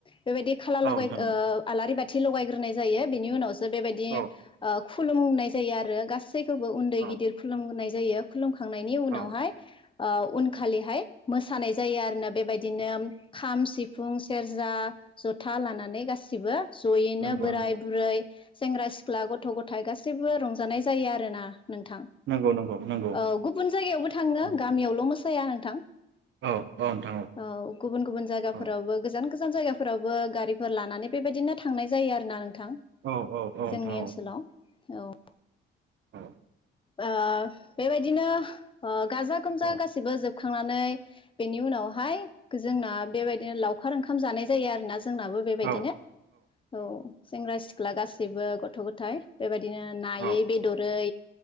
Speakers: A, on the left; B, on the right.
A: बेबायदि खाला
B: औ
A: लगाय
B: नोंथां
A: ओ आलारि बाथ थि लगायग्रोनाय जायो बिनि उनावस बेबायदि
B: औ
A: ओ खुलुमनाय जायो आरो गास गासैखौबो उन्दै
B: औ
A: गिदिर खुलुहोनाय जायो खुलुमख थांनायनि उनावहाय
B: औ
A: ओ उनखालिहाय मोसानाय जायो आरोना बेबायदिनो खाम सिफुं सेरजा जथा लानानै गासिबो जयैनो
B: नंगौ
A: बोराय
B: नंगौ
A: बुरै सेंग्रा सिख्ला गथ' गथायाइ गासैबो रंजानाय जायो आरो ना। नोंथां
B: नंगौ नंगौ नंगौ
A: ओ गुबुन जायगायावबो थाङो
B: नंगौ
A: गामियावल' मोस फैया नोंथां।
B: औ औ नोंथां
A: औ गुबुन गुबुन जायगाफोरावबो
B: औ
A: गोजान गोजान जायगाफोरावबो गारिफोर लानानै बेबायदिनो थांनाय जायो आरो ना <unintelligible> नोंथां
B: औ औ औ नोंथां
A: जोंनि ओनसोलाव
B: औ
A: औ
B: औ
A: ओ बेबायदिनो ओ गाजा गोमजा
B: औ
A: गासिबो जोब खांनानै बेनिउनावहाय गोजोंना बेबायदिनो लावखार ओंखाम जानाय जायो आरोना जोंनाबो बेबायदिनो
B: औ
A: औ सेंग्रा सिख ख्लागास <unintelligible> बो गथ' गथाय बेबायदिनो नायै
B: औ
A: बेदरै